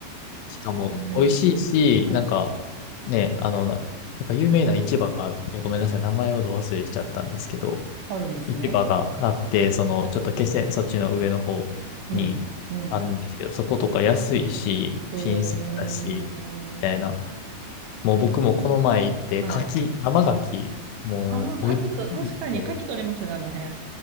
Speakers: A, on the left; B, on the right.
A: しかも、
B: え。
A: 美味しいし、
B: はい。
A: なんか、ね、あの、な、なんか有名な市場がある、ごめんなさい、名前をど忘れしちゃったんですけど、
B: あるんですね。
A: 市場があって、その、
B: はい。
A: ちょっと気仙、そっちの上の方にあるんですけど、
B: うん。うん。
A: そことか安いし、
B: へえ。
A: 新鮮だし、みたいな。もう僕もこの前行って、
B: いい。はい。
A: 柿、生柿、もう、
B: ああ、牡蠣と、
A: 美味しすぎて、
B: 確かに牡蠣取れますね、あの辺。